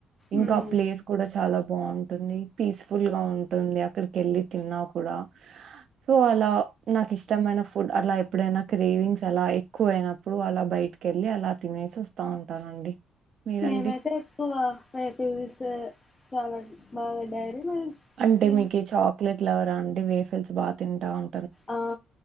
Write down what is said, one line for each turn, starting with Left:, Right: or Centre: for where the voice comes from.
Right: ఇంకా
Left: మ్మ్
Right: ఆ ప్లేస్ కూడా చాలా బ్ బాగుంటుంది. పీస్ఫుల్ గా ఉంటుంది. అక్కడికెళ్ళి తిన్నా కూడా సో అలా నాకు ఇష్టమైన ఫుడ్ అలా ఎప్పుడైనా క్రేవింగ్స్ అలా ఎక్కువయినప్పుడు అలా బయటికి కె వెళ్ళి అలా తినేసి వస్తా ఉంటానండి. మీరండి?
Left: మేమైతే ఎక్కువ వేఫైల్స్ చాలాండి. బాగా డైరీ మిల్క్
Right: అంటే మీకి చాక్లెట్ లవరా అండి వేఫెల్స్ బాగా తింటా అం
Left: ఆ